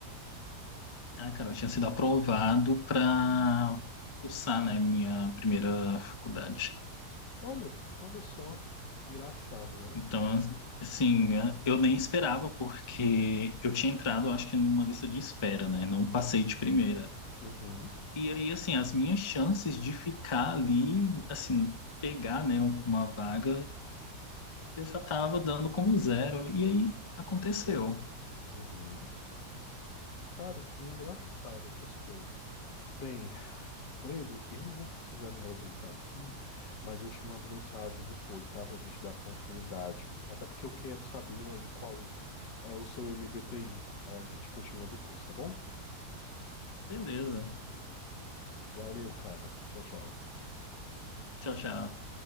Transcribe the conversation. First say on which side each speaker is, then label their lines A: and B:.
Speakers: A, on the left; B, on the left.
A: Ah, cara, eu tinha sido aprovado para cursar, né, minha primeira faculdade.
B: Olha, olha só. Engraçado, né?
A: Então, assim, né, eu nem esperava, porque eu tinha entrado, acho que numa lista de espera, né, não passei de primeira.
B: Uhum,
A: E aí, assim, as minhas chances de ficar ali, assim, pegar, né, uma vaga, eu já estava dando como zero. E aí, aconteceu.
B: uhum. Cara, que engraçado essas coisas. Bem, Brendo, eu vou precisar me ausentar aqui, mas eu te mando mensagem depois, tá? Pra gente dar continuidade. Até porque eu quero saber aí qual é o seu MBTI. Aí a gente continua depois, tá bom?
A: Beleza.
B: Valeu, cara. Tchau, tchau.
A: Tchau, tchau.